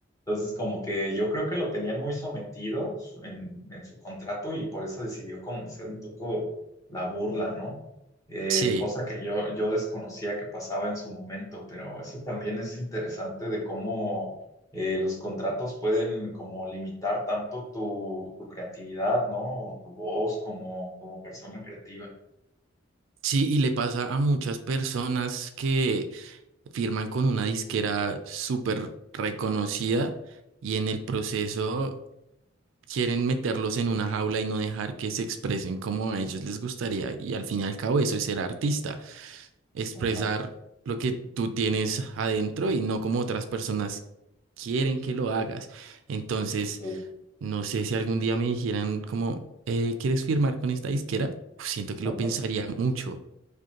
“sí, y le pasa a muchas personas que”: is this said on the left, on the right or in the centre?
Right